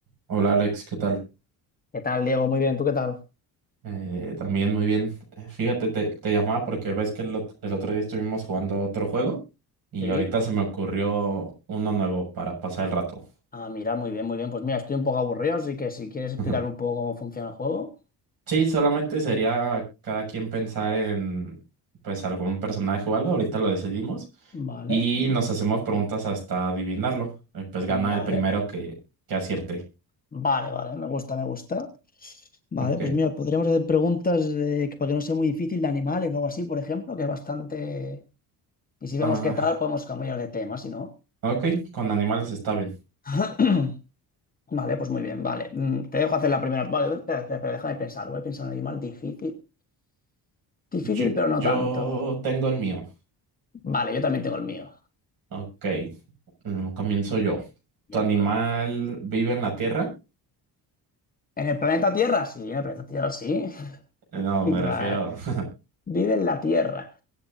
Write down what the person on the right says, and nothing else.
Hola Alex, ¿qué tal?
Eh, también muy bien. Eh, Fíjate, te, te llamaba porque ves que el, ot- el otro día estuvimos jugando otro juego y
ahorita se me ocurrió uno nuevo para pasar el rato.
<laughs>
Sí, solamente sería cada quien pensar en pues algún personaje o algo, ahorita lo decidimos
y nos hacemos preguntas hasta adivinarlo. Eh, pues gana
el primero que, que acierte.
Ok.
Ah,
ok, con animales está bien.
Yo,
yo
tengo el mío.
Ok, mm, comienzo yo.
¿Tu animal
vive en la tierra?
Eh, No,
me refiero. <laughs>